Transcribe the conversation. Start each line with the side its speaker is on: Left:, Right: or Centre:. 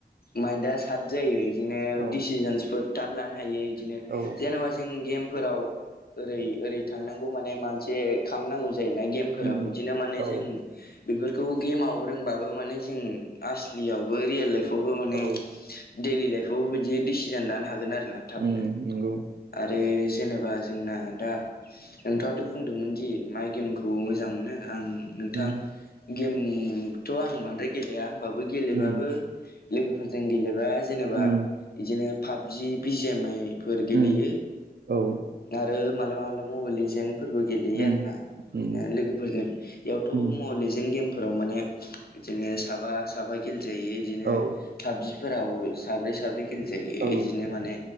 Left: माइन्दा‌ सार्प जायो इदिनो
Right: औ
Left: डिसिजनसफोर थाब लानो हायो इदिनो
Right: औ
Left: जेनेबा जों गेमफोराव ओरै ओरै थांनांगौ माने मासे खालामनांगौ जायोना गेम फोराव
Right: उम
Left: इदिनो माने
Right: औ
Left: जों। बेफोरखौ गेमाव रोंबाबो माने जों आसलियावबो रियेल लाइफ वाबो माने
Right: औ
Left: दैडलि लाइफआवबो बिदि डिसिजन लानो हागोन आरो ना थाबनो।
Right: उम नंगौ
Left: आरो जेनेबा जोंना दा। नोंथाङाथ' बुंदोंमोनदि माइ गेमखौ मोजां मोनो आं नोंथां
Right: उम
Left: गेम थ' आं बांद्राय गेलेया होमबाबो गेलेबाबो
Right: उम
Left: लोगोफोरजों गेलेबा जेनेबा
Right: उम
Left: इदिनो पाबजि बिजि एम आइ फोर गेलेयो
Right: उम औ
Left: आरो मालाबा मालाबा मबाइल लिजेन फोरबो गेलेयो
Right: उम
Left: आरोना ओ
Right: उम
Left: बिदिनो लोगोफोरजों इयाव थ
Right: उम
Left: मबेल एजेन गेमफोराव माने बिदिनो साबा साबा गेलजायो बिदिनो
Right: औ
Left: पाबजिफोराव साब्रै साब्रै गेलेेजायो
Right: औ
Left: इदिनो माने